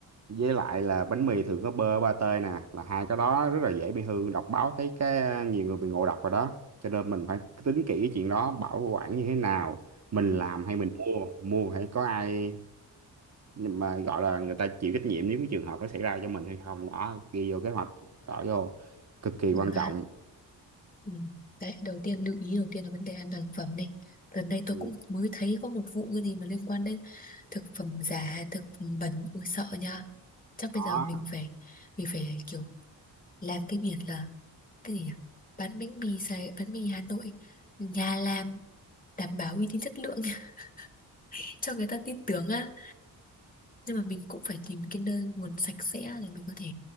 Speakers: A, on the right; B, on the left.
A: với lại là bánh mì thường có bơ ba tê nè là hai cái đó rất là dễ bị hư đọc báo thấy cái à, nhiều người bị ngộ độc rồi đó cho nên mình phải tính kỹ cái chuyện đó bảo quản như thế nào mình
B: ừ,
A: làm hay mình mua mua phải có ai nhưng mà gọi là người ta chịu trách nhiệm nếu cái trường hợp nó xảy ra cho mình hay không đó ghi vô kế hoạch rõ vô cực kỳ
B: ừ
A: quan
B: ha.
A: trọng
B: Ừ. Đấy, đầu tiên lưu ý đầu tiên là vấn đề an toàn thực phẩm đi. Gần đây tôi
A: Ừ.
B: cũng mới thấy có một vụ cái gì mà liên quan đến thực phẩm giả, thực phẩm bẩn, ui sợ nha. Chắc bây
A: đó
B: giờ mình phải mình phải kiểu làm cái biển là cái gì nhỉ? Bán bánh mì Sài, bánh mì Hà Nội nhà làm đảm bảo uy tín chất lượng <laughs> cho người ta tin tưởng á. Nhưng mà mình cũng phải tìm cái nơi nguồn sạch sẽ để mình có thể